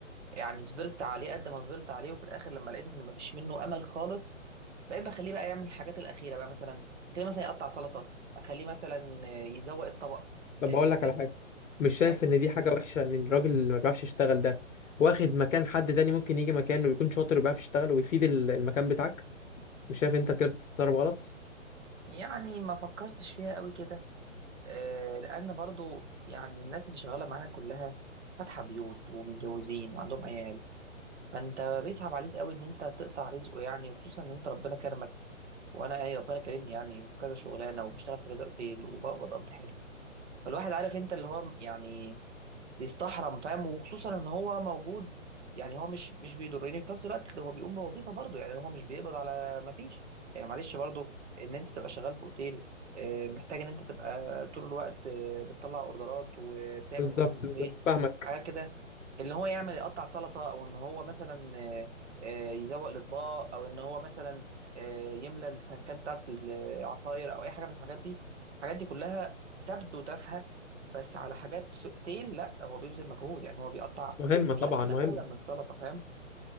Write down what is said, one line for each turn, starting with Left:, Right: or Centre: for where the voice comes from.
Right: يعني صبرت عليه قد ما صبرت عليه وفي الاخر لما لقيت ان مفيش منه امل خالص بقيت بخليه بقى يعمل الحاجات الاخيره بقى مثلا خليه مثلا يقطع سلطه اخليه مثلا يزوق الطبق
Left: طب
Right: آه،
Left: هقول لك على حاجه مش شايف
Right: حاجات
Left: ان
Right: كده
Left: دي حاجه وحشه ان الراجل اللي ما بيعرفش يشتغل ده واخد مكان حد تاني ممكن يجي مكانه ويكون شاطر وبيعرف يشتغل ويفيد ال- المكان بتاعك مش شايف انت كده بتتصرف غلط
Right: يعني ما فكرتش فيها قوي كده آه، لان برضو يعني الناس اللي شغاله معايا كلها فاتحه بيوت ومتجوزين وعندهم عيال فانت بيصعب عليك قوي ان انت تقطع رزقه يعني وخصوصا ان انت ربنا كرمك وانا يعني ربنا كرمني يعني في كذا شغلانه وبشتغل في كذا اوتيل وبقبض قبض حلو فالواحد عارف انت اللي هو يعني بيستحرم فاهم وخصوصا ان هو موجود يعني هو مش مش بيضرني في نفس الوقت هو بيقوم بوظيفه برضه يعني هو مش بيقبض على ما فيش يعني معلش برضه ان انت تبقى شغال في اوتيل آه، محتاج ان انت تبقى طول الوقت آه، بتطلع اوردرات وبتعمل
Left: بالظبط
Right: اوبن بوفيه
Left: بالظبط فاهمك
Right: حاجات كده اللي هو يعمل يقطع سلطه او ان هو مثلا آه، آه، يزوق الاطباق او ان هو مثلا آه، يملى التنكات بتاعت العصاير او اي حاجه من الحاجات دي الحاجات دي كلها تبدو تافهه بس على حاجات في اوتيل لا هو بيبذل مجهود يعني هو بيقطع
Left: مهمه
Right: كميات
Left: طبعا
Right: مهوله
Left: مهمه
Right: من السلطه فاهم